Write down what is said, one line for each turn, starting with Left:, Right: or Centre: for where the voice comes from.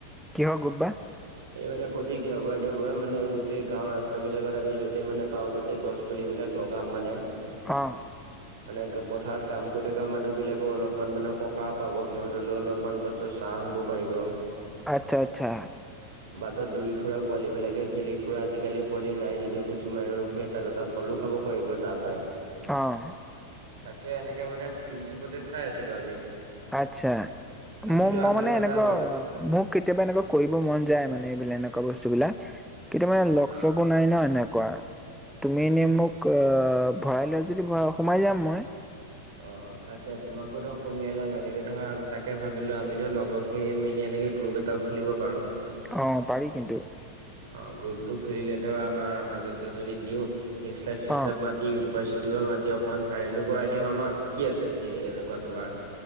Centre: কিহৰ গ্ৰুপ বা?
Right: এই মানে প্ৰতি দেওবাৰে দেওবাৰে মানে গোটেই গাঁৱৰ ৰাস্তাবিলাকত বিলাকত আমি য'তেই মানে পাওঁ ততে গছ পুলিবিলাক লগাম মানে।
Centre: অ'।
Right: মানে পথাৰত কাম কৰি থকা মানুহ বিলাকো অলপমান মানে সকাহ পাব সিহঁতলৈও অলপমান গছ ছাহ হ'ব পাৰিব।
Centre: আচ্ছা আচ্ছা।
Right: বাটত দৌৰি ফুৰা পোৱালী বিলাকে খেলি ফুৰা আজিকালি পোৱালি নাই যদিও কিছুমান ৰ এটা দুটা ফলো খাব পাৰিব তাৰ পৰাই।
Centre: অ'।
Right: তাকে এনেকে মানে ইউটোবতে চাই আছিলো আজি।
Centre: আচ্ছা,
Right: ভাবিলো
Centre: ম-মই
Right: আমিও
Centre: মানে
Right: এটা
Centre: এনেকুৱা
Right: লগ
Centre: মোক কেতিয়াবা এনেকুৱা কৰিব মন যায় মানে এইবিলাক এনেকুৱা বস্তু বিলা, কেতিয়া মানে লগ
Right: অ
Centre: চগ নাই ন এনেকুৱা, তুমি এনেই মোক অ', ভৰাই লোৱা যদি সোমাই যাম মই।
Right: অ'। তাকে তোমাকো ধৰক সোমিয়াই লম এনেকে ধৰা তাকে ভাবিলো, আমিতো লগৰ খিনিয়ে মিলি এনেকে গ্ৰুপ এটা খুলিব পাৰোঁ।
Centre: অ', পাৰি কিন্তু।
Right: অ', গ্ৰুপটো খুলিলে ধৰা আমাৰ মাজতে যদি দিওঁ, নিউজ লাইফ <unintelligible>
Centre: অ
Right: ইউটোউবাৰ চিউটোবাৰ মাতি অকণমান ভাইৰেলো কৰাই দিম আমাক, কি আছে চি এনেকুৱা তোমাৰ